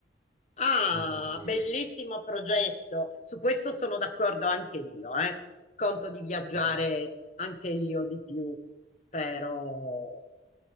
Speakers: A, on the left (about 40°); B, on the right (about 45°).
A: Ah,
B: conto di-
A: bellissimo progetto. Su questo sono d'accordo anche io, eh. Conto di viaggiare
B: di-
A: anche io di più, spero,